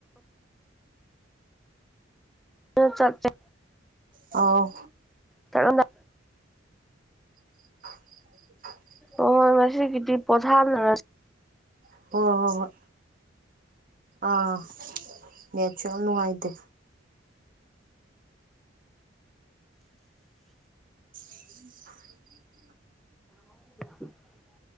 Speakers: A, in the centre; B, on the right.
A: ꯎꯝ ꯆꯠ ꯆꯦ
B: ꯑꯥꯎ
A: ꯀꯔꯝꯅ
B: <unintelligible>
A: ꯑꯣ ꯉꯁꯤꯒꯤꯗꯤ ꯄꯣꯊꯥꯅꯔꯁꯤ
B: ꯍꫭ ꯍꫭ ꯍꫭꯏ ꯑꯥ ꯅꯦꯠꯁꯨ ꯌꯥꯝ ꯅꯨꯡꯉꯥꯏꯇꯦ ꯎꯝ <unintelligible>
A: <unintelligible>